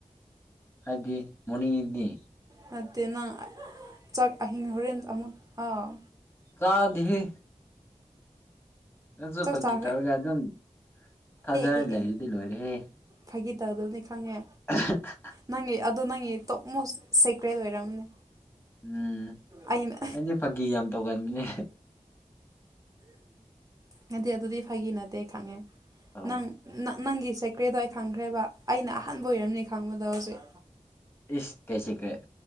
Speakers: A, on the left; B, on the right.
A: ꯍꯥꯏꯗꯤ ꯃꯣꯅꯤꯡꯗꯅꯤ
B: ꯅꯠꯇꯦ ꯅꯪ ꯆꯥꯛ ꯑꯍꯤꯡ ꯍꯣꯔꯦꯟ ꯑꯃꯨꯛ ꯑꯥꯎ
A: ꯀꯥꯗꯦꯍꯦ ꯑꯗꯨꯁꯨ
B: ꯆꯥꯛ
A: ꯐꯥꯒꯤ
B: ꯆꯥꯈ꯭ꯔꯦ
A: ꯇꯧꯔꯒ ꯑꯗꯨꯝ ꯊꯥꯖꯔ
B: ꯑꯦ ꯑꯦ
A: ꯂꯩꯔꯗꯤ
B: ꯑꯦ
A: ꯂꯣꯏꯔꯦꯍꯦ
B: ꯐꯥꯒꯤ ꯇꯧꯒꯗꯕꯅꯤ ꯈꯪꯉꯦ
A: <unintelligible>
B: ꯅꯪꯒꯤ ꯑꯗꯣ ꯅꯪꯒꯤ ꯇꯣꯞ ꯃꯣꯁ ꯁꯦꯀ꯭ꯔꯦꯠ ꯑꯣꯏꯔꯝꯅꯦ
A: ꯎꯝ
B: ꯑꯩꯅ
A: ꯑꯩꯗꯤ ꯐꯥꯒꯤ ꯌꯥꯝ ꯇꯧꯒꯟꯅꯦ
B: ꯅꯠꯇꯦ ꯑꯗꯨꯗꯤ ꯐꯒꯤ ꯅꯠꯇꯦ ꯈꯪꯉꯦ
A: ꯑꯣ
B: ꯅꯪ ꯅ ꯅꯪꯒꯤ ꯁꯦꯀ꯭ꯔꯦꯗꯣ ꯑꯩ ꯈꯪꯈ꯭ꯔꯦꯕ ꯑꯩꯅ ꯑꯍꯥꯟꯕ ꯑꯣꯏꯔꯝꯅꯤ ꯈꯪꯕꯗꯣ ꯍꯧꯖꯤꯛ
A: ꯏꯁ ꯀꯩ ꯁꯤꯀ꯭ꯔꯦꯠ